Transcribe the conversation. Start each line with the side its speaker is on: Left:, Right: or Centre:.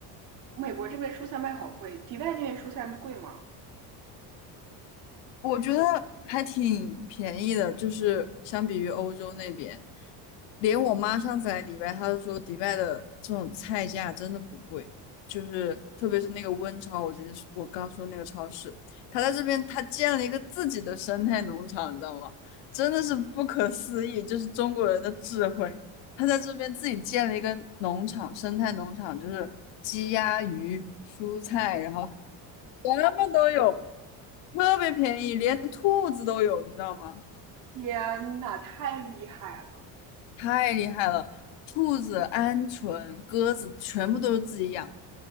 Right: 美国这边蔬菜卖好贵，迪拜那边蔬菜贵吗？
Left: 我觉得还挺便宜的，就是相比于欧洲那边，连我妈上次来迪拜，她都说迪拜的这种菜价真的不贵，就是特别是那个温超，我直接说我刚说那个超市，她在这边她建了一个自己的生态农场，你知道吗？真的是不可思议，就是中国人的智慧，她在这边自己建了一个农场，生态农场，就是鸡鸭鱼、蔬菜，然后。什么都有，特别便宜，连兔子都有，你知道吗？
Right: 天呐，太厉害了！
Left: 太厉害了！兔子、鹌鹑、鸽子全部都是自己养，